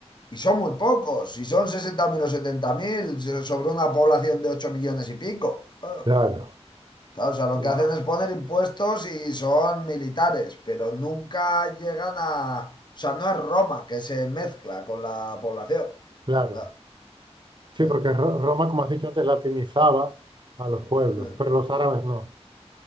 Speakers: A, on the left (about 40°); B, on the right (about 45°).
A: y son muy pocos, si son 60.000 o 70.000 so-, sobre una población de 8 millones y pico. Ah,
B: Claro,
A: Claro, o sea, lo
B: wow,
A: que hacen es poner impuestos y son militares, pero nunca llegan a... O sea, no es Roma que se mezcla con la población.
B: claro.
A: Ah,
B: Sí,
A: eh,
B: porque Ro- Roma, como has dicho antes, latinizaba a los pueblos,
A: eh.
B: pero los árabes no.